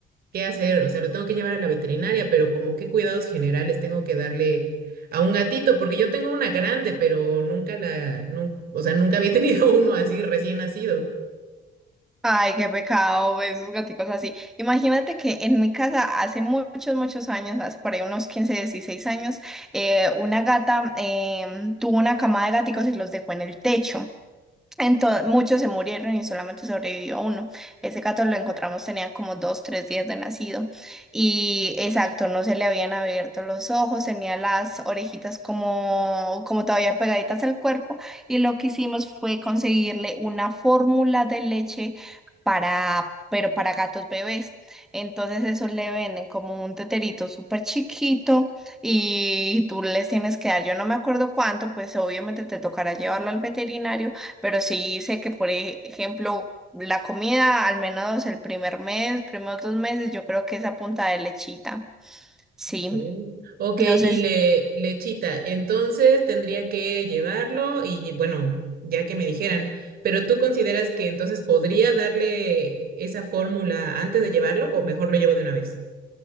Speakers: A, on the right; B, in the centre.
A: qué hacer, o sea, lo tengo que llevar a la veterinaria, pero como qué cuidados generales tengo que darle a un gatito, porque yo tengo una grande, pero nunca la, nun- o sea, nunca había tenido <laughs> uno así recién nacido.
B: ay, qué pecado ver esos gaticos así. Imagínate que en mi casa hace muchos, muchos años, hace por ahí unos 15, 16 años, eh, una gata em, tuvo una camada de gaticos y los dejó en el techo. Entonces, muchos se murieron y solamente sobrevivió uno. Ese gato lo encontramos, tenía como dos, tres días de nacido. Y exacto, no se le habían abierto los ojos, tenía las orejitas como, como todavía pegaditas al cuerpo. Y lo que hicimos fue conseguirle una fórmula de leche para, pero para gatos bebés. Entonces, eso le venden como un teterito súper chiquito y tú les tienes que dar, yo no me acuerdo cuánto, pues obviamente te tocará llevarlo al veterinario pero sí sé que, por ejemplo, la comida, al menos el primer mes, primeros dos meses, yo creo que es a punta de lechita. Sí.
A: Mm. Ok,
B: No sé,
A: y le lechita. Entonces tendría que llevarlo y bueno, ya que me dijeran, pero ¿tú consideras que entonces podría darle esa fórmula antes de llevarlo o mejor lo llevo de una vez?